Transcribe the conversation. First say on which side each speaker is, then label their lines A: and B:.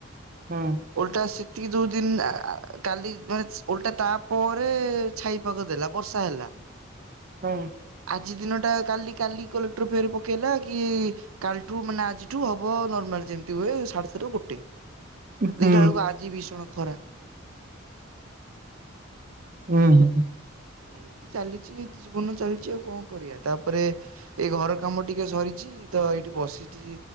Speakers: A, on the right (about 40°); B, on the right (about 85°).
A: ହୁଁ
B: ଓଲଟା ଆସି ସେତିକି ଯୋଉ ଦିନ ଆ କାଲି ମାନେ ଓଲଟା ତାପରେ ଛାଇ ପାଗ ଦେଲା ବର୍ଷା ହେଲା। <unintelligible>
A: ହୁଁ।
B: ଆଜି ଦିନଟା କାଲି କାଲି କଲେକ୍ଟର ଫେର ପକେଇଲା କି କାଲିଠୁ ମାନେ ଆଜିଠୁ ହବ ନର୍ମାଲ ଯେମତି ହୁଏ ସାଢେ ସାତରୁ ଗୋଟେ
A: ହୁଁ
B: ଦେଖିଲା ବେଳକୁ ଆଜି ଭୀଷଣ ଖରା।
A: ହୁଁ ହୁଁ।
B: ଏମିତି ଚାଲିଛି ଜୀବନ ଚାଲିଛି ଆଉ କଣ କରିବା ତାପରେ ଏଇ ଘର କାମ ଟିକେ ସରିଛି। ତ ଏଇଠି ବସିଠି